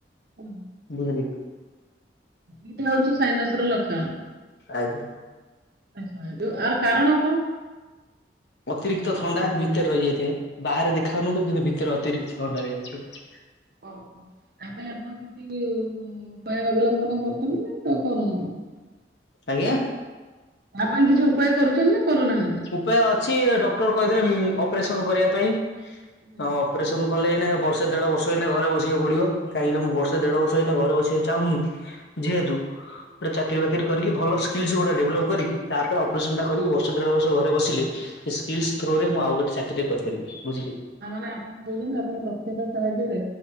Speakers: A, on the right; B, on the left.
A: ହ
B: ବୁଝିଲେ କି
A: ଏଇଟା ହଉଚି ସାଇନସ୍ ର ଲକ୍ଷଣ।
B: ଆଜ୍ଞା।
A: ଆଛା ଯୋଉ ଆର କାରଣ କଣ?
B: ଅତିରିକ୍ତ ଥଣ୍ଡା ଭିତରେ ରହିଯାଇଥିବ। ବାହାରେ ଦେଖା ହଉନଥିବ କିନ୍ତୁ ଭିତରେ ଅତିରିକ୍ତ ଥଣ୍ଡା ହେଇଯାଇଥିବ।
A: ଓ ହୋ। ତା ପାଇଁ ଆପଣ କିଛି ଉପାୟ ଅବଲମ୍ବନ କରୁଚନ୍ତି ନା କରୁନାହାନ୍ତି?
B: ଆଜ୍ଞା।
A: ତା ପାଇଁ କିଛି ଉପାୟ କରୁଚନ୍ତି ନା କରୁନାହାନ୍ତି?
B: ଉପାୟ ଅଛି ଡକ୍ଟର କହିଥିଲେ ଉମ୍ ଅପରେସନ କରିବା ପାଇଁ।
A: ହୁଁ
B: ଅପରେସନ କଲେ ଏଇନେ ବର୍ଷେ ଦେଢ ବର୍ଷ ଏଇକିନେ ଘରେ ବସିବାକୁ ପିଡିବ। କାହିଁକି ନା ମୁଁ ବର୍ଷେ ଦେଢ
A: ହୁଁ
B: ବର୍ଷ ଏଇକିନା ଘରେ ବସିବା। ଚାହୁଁନୁ ଯେହେତୁ। ଗୋଟ ଚାକିରିଫାକିରି କରିକି ଭଲ ସ୍କିଲ୍ସ ଗୁଡା ଡେଭଲପ୍ କରିିକି ତାପରେ ଅପରେସନ୍ ଟା କରିକି ବର୍ଷେ ଦେଢ ବର୍ଷ ଘରେ ବସିଲେ ସେ ସ୍କିଲ ଥ୍ରୋରେ ମୁଁ ଆଉ ଗୋଟେ ଚାକିରି କରିପାରିବି ବୁଝିଲେ କି?
A: ଆ ମାନେ ଆପଣ କହୁଛନ୍ତି ଆପଣ ଦକ୍ଷତା ସାହାଯ୍ୟରେ